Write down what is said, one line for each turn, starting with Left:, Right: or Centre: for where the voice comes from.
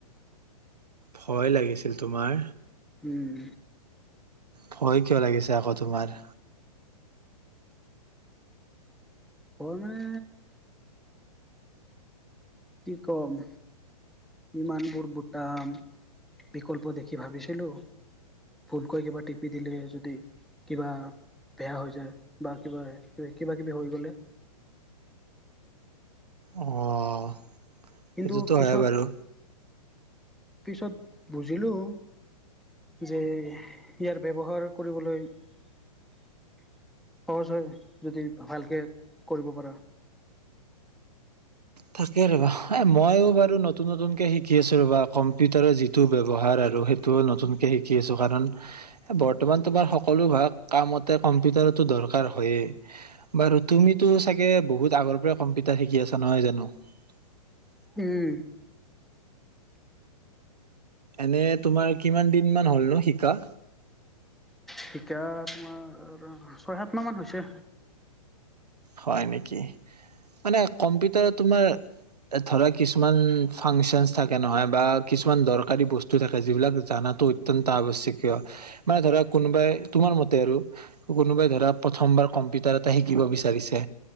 Right: ভয় লাগিছিল তোমাৰ
Centre: উম
Right: ভয় কিয় লাগিছে আকৌ তোমাৰ
Centre: অ মানে কি ক'ম ইমানবোৰ বুটাম বিকল্প দেখি ভাবিছিলোঁ ভুলকৈ কিবা টিপি দিলে যদি কিবা বেয়া হৈ যায় বা কিবা কিবা কিবি হৈ গ'লে
Right: আহ
Centre: কিন্তু
Right: সেইটোতো
Centre: পিছত
Right: হয় বাৰু
Centre: পিছত বুজিলোঁ যে ইয়াৰ ব্যৱহাৰ কৰিবলৈ সহজ হয় যদি ভালকে কৰিব পাৰা
Right: তাকে ৰবা এ মই বাৰু নতুন নতুনকে শিকি আছো ৰবা কম্পিউটাৰৰ যিটো ব্যৱহাৰ আৰু সেইটোও নতুনকে শিকি আছো কাৰণ বৰ্তমান তোমাৰ সকলো ভাগ কামতে কম্পিউটাৰত দৰকাৰ হয়ে বাৰু তুমিতো চাগে বহুত আগৰ পৰা কম্পিউটাৰ শিকি আছা নহয় জানো <inaudible>
Centre: উম
Right: এনে তোমাৰ কিমান দিন মান হ'লনো শিকা
Centre: শিকা তোমাৰ ছয়-সাত মাহমান হৈছে।
Right: হয় নেকি? মানে কম্পিউটাৰত তোমাৰ ধৰা কিছুমান ফাংচনচ থাকে নহয় বা কিছুমান দৰকাৰী বস্তু থাকে যিবিলাক জনাটো অত্যন্ত আৱশ্যকীয়। মানে ধৰা কোনোবাই তোমাৰ মতে আৰু কোনোবাই ধৰা প্ৰথমবাৰ কম্পিউটাৰ এটা শিকিব বিচাৰিছে তে